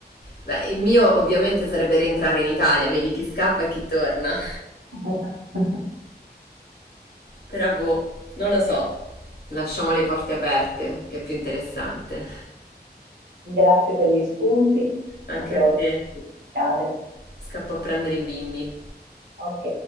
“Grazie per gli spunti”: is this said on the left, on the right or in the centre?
Right